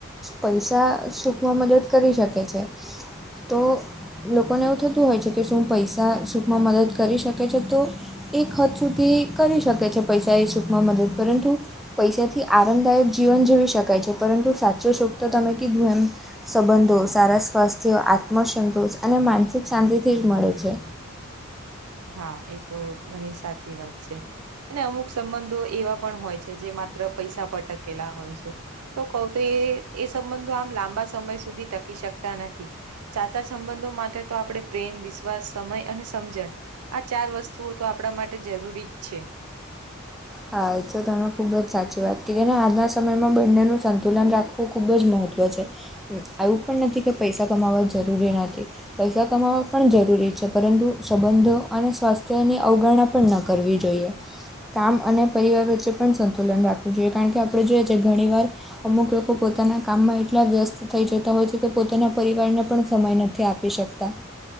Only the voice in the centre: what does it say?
પૈસા સુખમાં મદદ કરી શકે છે તો લોકોને એવું થતું હોય છે કે શું પૈસા સુખમાં મદદ કરી શકે છે તો એક હદ સુધી કરી શકે છે પૈસા એ સુખમાં મદદ પરંતુ પૈસાથી આરામદાયક જીવન જીવી શકાય છે પરંતુ સાચો સુખ તો તમે કીધું એમ સંબંધો સારા સ્વાસ્થ્ય આત્મસંતોષ અને માનસિક શાંતિથી જ મળે છે.
હા, એ તો તમે ખુબ જ સાચી વાત કીધી ને આજના સમયમાં બંનેનું સંંત સંતુલન રાખવું ખૂબ જ મહત્ત્વ છે આવું પણ નથી કે પૈસા કમાવવા જરૂરી નથી. પૈસા કમાવવા પણ જરૂરી છે પરંતુ સંબંધો અને સ્વાસ્થ્યની અવગણના પણ ન કરવી જોઈએ. કામ અને પરિવાર વચ્ચે પણ સંતુલન રાખવું જોઈએ કારણ કે આપણે જોઈએ છીએ ઘણીવાર અમુક લોકો પોતાના કામમાં એટલા વ્યસ્ત થઈ જતા હોય છે કે પોતાના પરિવારને પણ સમય નથી આપી શક તા